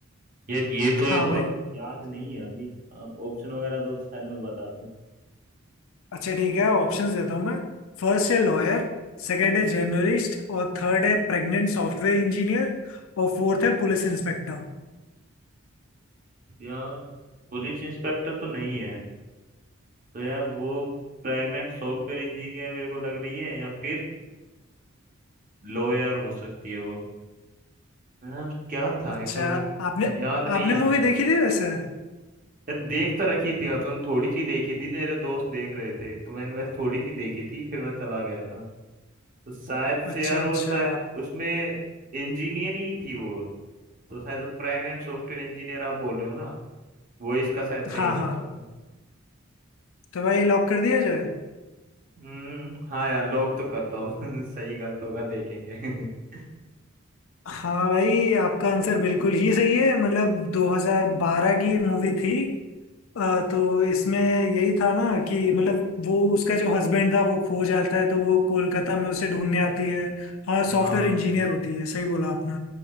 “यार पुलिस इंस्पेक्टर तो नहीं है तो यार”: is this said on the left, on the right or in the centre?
Right